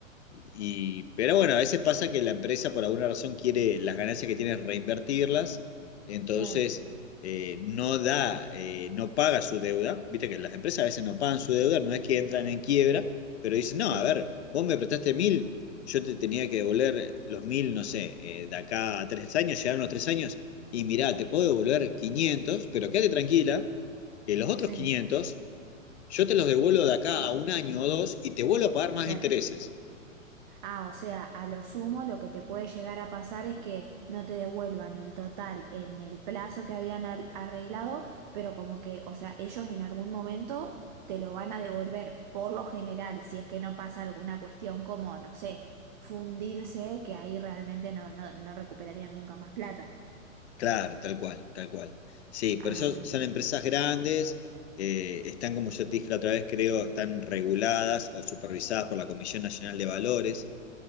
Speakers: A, on the left; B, on the right.
A: Y, pero bueno, a veces pasa que la empresa por alguna razón quiere las ganancias que tiene reinvertirlas, entonces
B: claro.
A: eh, no da, eh, no paga su deuda. Viste que las empresas a veces no pagan su deuda, no es que entran en quiebra, pero dicen,
B: Sí,
A: no, a ver, vos me prestaste mil, yo te tenía que devolver los mil, no sé, eh, de acá a tres años, llegaron los tres años, y mirá, te puedo devolver 500 pero quédate tranquila, que los otros
B: sí,
A: 500 Yo te los devuelvo de acá a un año o dos y te vuelvo a pagar más
B: claro.
A: intereses.
B: Ah, o sea, a lo sumo lo que te puede llegar a pasar es que no te devuelvan el total en el plazo que habían al- arreglado, pero como que, o sea, ellos en algún momento te lo van a devolver por lo general, si es que no pasa alguna cuestión como, no sé, fundirse, que ahí realmente no, no, no recuperarían nunca más plata.
A: Claro, tal cual, tal cual. Sí, por
B: Ah,
A: eso
B: bien,
A: son empresas grandes, eh, están, como yo te dije la otra vez, creo, están reguladas o supervisadas por la Comisión Nacional de Valores,